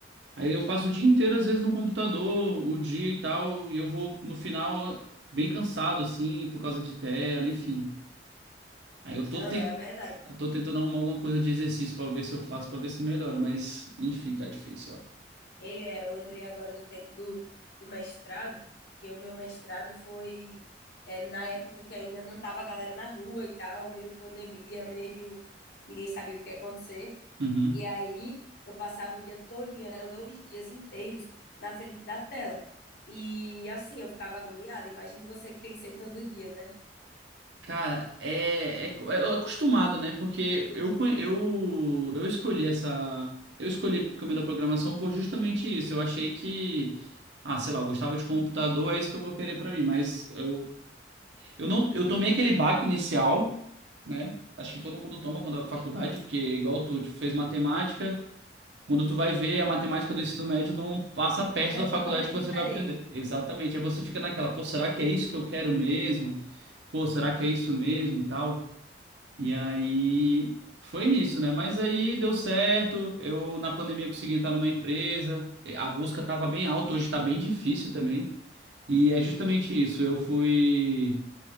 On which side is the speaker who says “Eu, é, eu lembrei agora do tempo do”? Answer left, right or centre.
Left